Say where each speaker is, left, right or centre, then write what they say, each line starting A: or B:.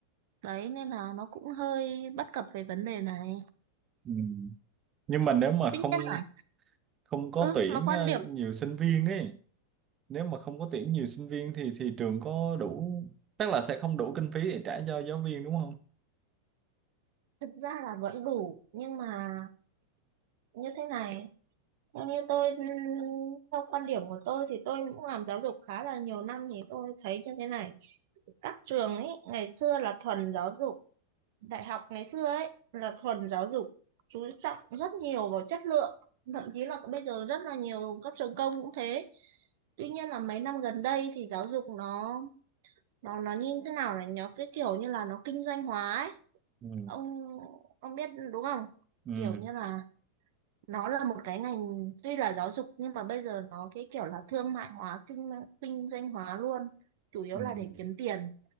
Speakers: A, on the right; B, on the right.
A: đấy nên là nó cũng hơi bất cập về vấn đề này
B: Ừ. nhưng mà nếu mà
A: tuy
B: không
A: nhiên là
B: không có
A: ừ
B: tuyển
A: mà quan
B: ờ,
A: điểm
B: nhiều sinh viên ấy nếu mà không có tuyển nhiều sinh viên thì thì trường có đủ tức là sẽ không đủ kinh phí để trả cho giáo viên đúng không
A: Thực ra là vẫn đủ nhưng mà như thế này theo như tôi ừm, theo quan điểm của tôi thì tôi cũng làm giáo dục khá là nhiều năm thì tôi thấy như thế này các trường ấy ngày xưa là thuần giáo dục đại học ngày xưa ấy là thuần giáo dục chú trọng rất nhiều vào chất lượng thậm chí là bây giờ rất là nhiều các trường công cũng thế tuy nhiên là mấy năm gần đây thì giáo dục nó nó nó như thế nào này nó cái kiểu như là nó kinh doanh hóa ấy
B: ừ.
A: ông ông biết đúng không
B: Ừ.
A: kiểu như là nó là một cái ngành tuy là giáo dục nhưng mà bây giờ nó cái kiểu là thương mại hóa kinh kinh doanh hóa luôn chủ yếu
B: Ừ. Ừ.
A: là để kiếm tiền